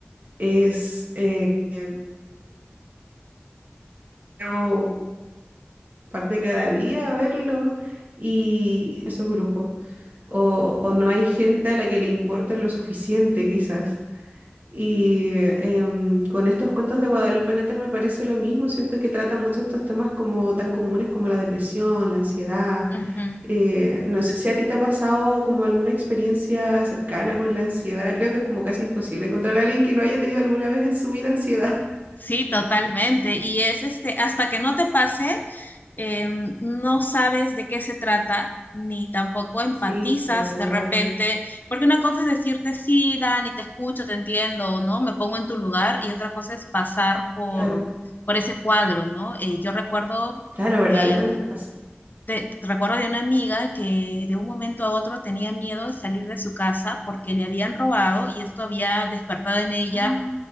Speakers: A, on the right (about 45°); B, on the left (about 45°).
A: es, eh, eh, creo, parte de cada día verlo y esos grupos. O, o no hay gente a la que le importa lo suficiente, quizás. Y em, con estos cuentos de Guadalupe Nettel me parece lo mismo, siento que tratan mucho estos temas como tan comunes como la depresión, la ansiedad.
B: Ujú.
A: Eh, no sé si a ti te ha pasado como alguna experiencia cercana con la ansiedad, creo que es como casi imposible encontrar a alguien que no haya tenido alguna vez en su vida ansiedad. <laughs>
B: sí, totalmente. Y es este, hasta que no te pase, em, no sabes de qué se trata, ni tampoco empatizas
A: Sí, verdaderamente.
B: de repente, porque una cosa es decirte sí, Dani, te escucho, te entiendo, ¿no? Me pongo en tu lugar, y otra cosa es pasar por,
A: Claro,
B: por ese cuadro, ¿no? Eh, yo recuerdo
A: claro, verdaderamente
B: eh,
A: pasa.
B: te, te recuerdo de una amiga que de un momento a otro tenía miedo de salir de su casa porque le habían robado y esto había despertado en ella
A: Ah,